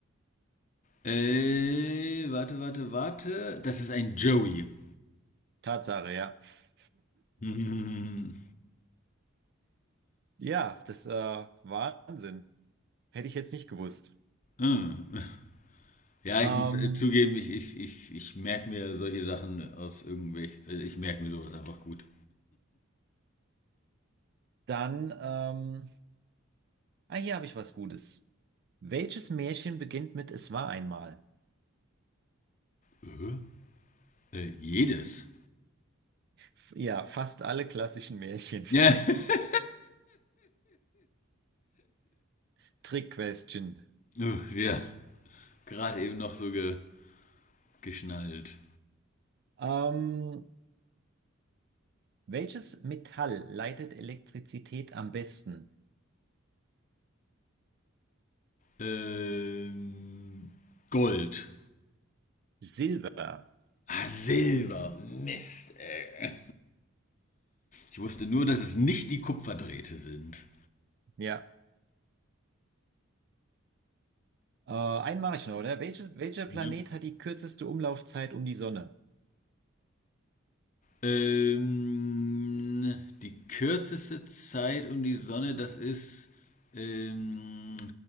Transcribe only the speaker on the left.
Äh, warte, warte, warte. Das ist ein Joey. <laughs>
Mhm.
Ah. Ja,
ich muss äh, zugeben, ich, ich, ich, ich merke mir solche Sachen aus irgendwelch. äh, Ich merke mir sowas einfach gut.
Äh, äh, jedes.
Ja. <laughs>
Uh, ja. Gerade eben noch so ge, geschnallt.
Ähm, Gold.
Ah, Silber. Mist, ey. Ich wusste nur, dass es nicht die Kupferdrähte sind.
Ne?
Ähm, die kürzeste Zeit um die Sonne, das ist ähm,